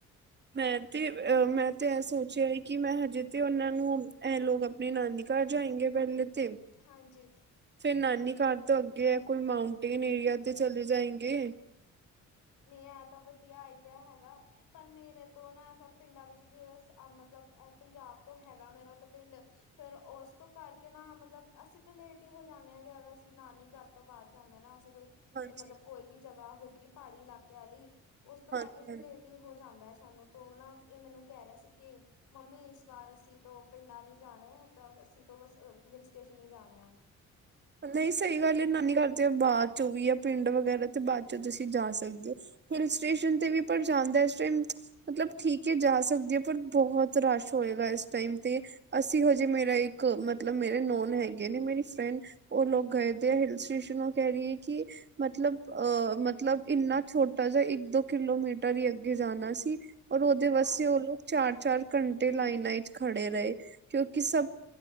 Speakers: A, on the right; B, on the left.
A: ਮੈਂ ਤੇ ਅ ਮੈਂ ਤੇ ਐ ਸੋਚਿਆ ਹੈ ਕਿ ਮੈਂ ਹਜੇ ਤੇ ਓਨਾਂ ਨੂੰ ਐ ਲੋਕ ਅਪਨੀ ਨਾਨੀ ਘਰ ਜਾਏਂਗੇੇ ਪਹਿਲੇ ਤੇ
B: ਹਾਂਜੀ
A: ਫੇਰ ਨਾਨੀ ਘਰ ਤੋਂ ਅੱਗੇ ਕੋਈ ਮਾਊਂਟੇਨ ਏਰੀਆ ਤੇ ਚਲੇ ਜਾਏਗੇ।
B: ਨਈ ਐ ਤਾਂ ਵਧੀਆ ਆਈਡੀਆ ਹੈਗਾ। ਪਰ ਮੇਰੇ ਤੋਂ ਨਾ ਐਸਾ ਪਿੰਡਾਂ ਵਿੱਚ ਜੋ ਐ ਮਤਲਬ ਐ ਪੰਜਾਬ ਤੋਂ ਹੈਗਾ ਮੇਰਾ ਤੋਂ ਪਿੰਡ। ਫੇਰ ਉਸ ਤੋਂ ਕਰਕੇ ਨਾ ਮਤਲਬ ਅਸੀਂ ਤਾਂ ਲੇਟ ਹੀ ਹੋ ਜਾਂਨੇ ਹਗੇ ਅਗਰ ਅਸੀਂ ਨਾਨੀ ਘਰ ਤੋਂ ਬਾਅਦ ਜਾਂਦੇ ਨਾ ਐਸੇ ਕੋਈ
A: ਹਾਂਜੀ
B: ਮਤਲਬ ਕੋਈ ਵੀ ਜਗ੍ਹਾ ਹੋ ਗੀ ਪਹਾੜੀ ਇਲਾਕੇ ਵਾਲੀ ਓਸ ਤੋਂ ਕਰਕੇ
A: ਹਾਂਜੀ
B: ਫਿਰ
A: ਹਾਂਜੀ
B: ਲੇਟ ਹੀ ਹੋ ਜਾਂਦਾ ਹੈ ਸਾਨੂੰ ਤੋਂ ਨਾ ਐ ਮੈਨੂੰ ਕਹਿ ਰਿਹਾ ਸੀ ਕਿ ਮੰਮੀ ਇਸ ਵਾਰ ਅਸੀਂ ਤੋਂ ਪਿੰਡਾਂ ਨੀ ਜਾਣਾ ਤਾਂ ਅਸੀਂ ਤੋਂ ਬਸ ਹਿਲ ਸਟੇਸ਼ਨ ਹੀ ਜਾਣੇ ਐ।
A: ਨਈ ਸਈ ਗੱਲ ਏ ਨਾਨੀ ਘਰ ਤੇ ਬਾਦ ਚੋਂ ਵੀ ਯਾ ਪਿੰਡ ਵਗੈਰਾ ਤੇ ਬਾਦ ਚੋਂ ਤੁਸੀਂ ਜਾ ਸਕਦੇ ਹੋ। ਹਿਲ ਸਟੇਸ਼ਨ ਤੇ ਵੀ ਪਰ ਜਾਨ ਦਾ ਇਸ ਟਾਈਮ ਮਤਲਬ ਠੀਕ ਏ ਜਾ ਸਕਦੇ ਐ ਪਰ ਬੋਤ ਰਸ਼ ਹੋਏਗਾ ਇਸ ਟਾਈਮ ਤੇ ਅਸੀਂ ਹਜੇ ਮੇਰਾ ਇੱਕ ਮਤਲਬ ਮੇਰੇ ਨੋਨ ਹੈਗੇ ਨੇ ਮੇਰੀ ਫਰੈਂਡ ਓ ਲੋਕ ਗਏ ਦੇ ਹਿਲ ਸਟੇਸ਼ਨ ਓ ਕਹਿ ਰੀ ਏ ਕਿ ਮਤਲਬ ਅਹ ਮਤਲਬ ਇੰਨਾ ਛੋਟ ਛੋਟਾ ਜਿਹਾ ਇੱਕ ਦੋ ਕਿਲੋਮੀਟਰ ਹੀ ਅੱਗੇ ਜਾਨਾ ਸੀ ਔਰ ਓਦੇ ਵਾਸਤੇ
B: ਹਾਂਜੀ,
A: ਓ ਲੋਕ ਚਾਰ-ਚਾਰ ਘੰਟੇ ਲਾਈਨਾਂ ਚ ਖੜੇ ਰਹੇ। ਕਿਉਂਕਿ ਸਭ